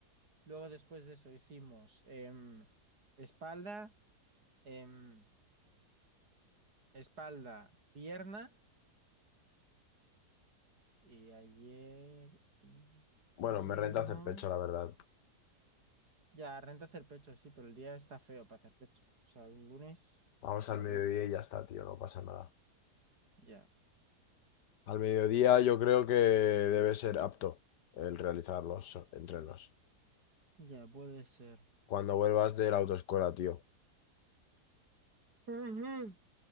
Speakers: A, on the right; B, on the left.
A: Luego después de eso hicimos em, espalda, em, espalda, pierna. Y ayer hicimos...
B: Bueno, me renta hacer pecho, la verdad.
A: Ya, renta hacer pecho, sí, pero el día está feo para hacer pecho. O sea, un lunes
B: Vamos
A: no
B: al mediodía
A: renta.
B: y ya está, tío, no pasa nada.
A: Ya,
B: Al mediodía yo creo que debe ser apto el realizar los entrenos.
A: ya puede ser.
B: Cuando vuelvas de la autoescuela, tío.
A: Ujú.